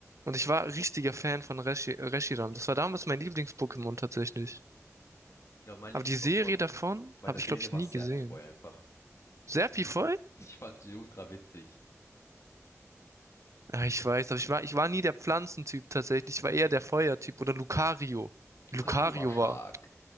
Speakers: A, on the right (about 65°); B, on the left (about 60°).
A: Und ich war richtiger Fan von Reshi Reshiram. Das war damals mein Lieblings-Pokémon tatsächlich.
B: ich glaube, mein
A: Aber
B: Lieblings-Pokémon
A: die Serie davon
B: bei
A: habe
B: der Serie
A: ich, glaube ich,
B: war
A: nie
B: Serpifeu
A: gesehen.
B: einfach. <laughs>
A: Serpifeu?
B: Ich fand den ultra witzig.
A: Ja, ich weiß, aber ich war, ich war nie der Pflanzentyp tatsächlich. Ich war eher der Feuertyp oder Lucario.
B: Lucario
A: Lucario
B: war stark.
A: war.